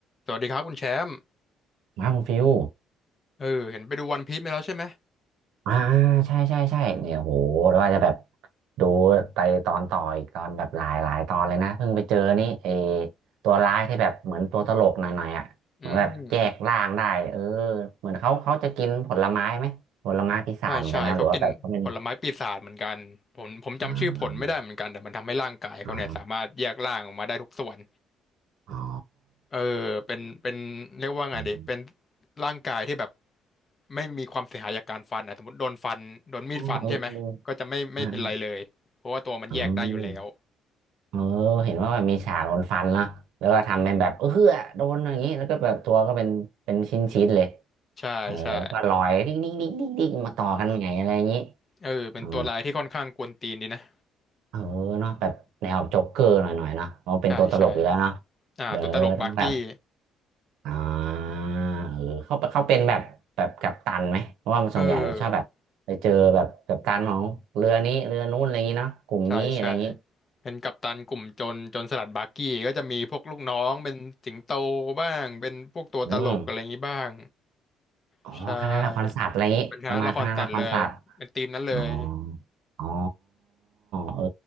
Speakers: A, on the left; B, on the right.
A: สวัสดีครับคุณแชมป์
B: มาคุณฟิว
A: เออเห็นไปดูวันพีซมาแล้วใช่ไหม
B: อ่าใช่ใช่ใช่เนี่ยโหแ้วว่าจะแบบดูไปตอนต่ออีกตอนแบบหลายหลายตอนเลยนะเพิ่งไปเจอนี่เอตัวร้ายที่แบบเหมือนตัวตลกหน่อยหน่อยอ่ะเหมือนแบบแยกร่างได้เออ
A: อืมอืม
B: เหมือนเขาเขาจะกินผลไม้ไหมผลไม้ปีศาจเหมือนกันไหมหรือว่าแบบเขาเป็น
A: ใช่ใช่เขากินผลไม้ปีศาจเหมือนกันผมผมจำชื่อผลไม่ได้เหมือนกันแต่มันทำให้ร่างกายเขาเนี่ยสามารถแยกร่างออกมาได้ทุกส่วน
B: อ่าอ่าอาอ๋อ
A: เออเป็นเป็นเรียกว่าไงดีเป็น
B: อ๋อ
A: ร่างกายที่แบบไม่มีความเสียหายจากการฟันอ่ะสมมติโดนฟันโดนมีดฟันใช่ไหมก็จะไม่ไม่เป็นไรเลยเพราะว่าตัวมันแยกได้อยู่แล้ว
B: เออเอออม เออเห็นว่าแบบมีฉากโดนฟันเนาะแล้วก็ทำเป็นแบบเออโดนอย่างนี้แล้วก็แบบตัวก็เป็นเป็นชิ้นชิ้นเลย
A: อืมใช่ใช่
B: เออแล้วก็ลอยดิ๊กดิ๊กดิ๊กดิ๊กดิ๊กมาต่อกันใหม่อะไรอย่างนี้
A: เออเป็นตัวลายที่ค่อนข้างกวนตีนดีนะ
B: อ๋อเออเนาะแบบแนวโจ๊กเกอร์หน่อยหน่อยเนาะเพราะเป็นตัวตลกอยู่แล้วเนาะ
A: ใช่ใช่อ่าตัวตลกบาร์กี้
B: เด้อต้องแบบอ่าเออเขาเขาเป็นแบบแบบกัปตันไหมเพราะว่ามันส่วนใหญ่จะชอบแบบไปเจอแบบกัปตันของเรือนี้เรือนู้นอะไรอย่างนี้เนาะกลุ่มนี้อะไรอย่างนี้
A: เออ ใช่ใช่เป็นกัปตันกลุ่มโจรโจรสลัดบาร์กี้ก็จะมีพวกลูกน้องเป็นสิงโตบ้างเป็นพวกตัวตลกอะไรอย่างนี้บ้าง
B: อืม อ๋อคณะละครศาสตร์อะไรอย่างนี้ประมาณคณะละครศาสตร์
A: ใช่เป็นคณะละครสัตว์เลยเป็นทีมนั้นเลย
B: อ๋ออ๋อเออ